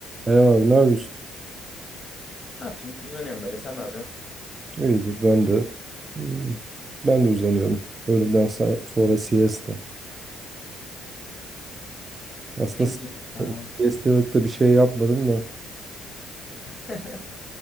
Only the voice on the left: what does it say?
Ne yapayım? Uzanıyorum böyle. Sen ne yapıyorsun?
En güzel ya.
<laughs>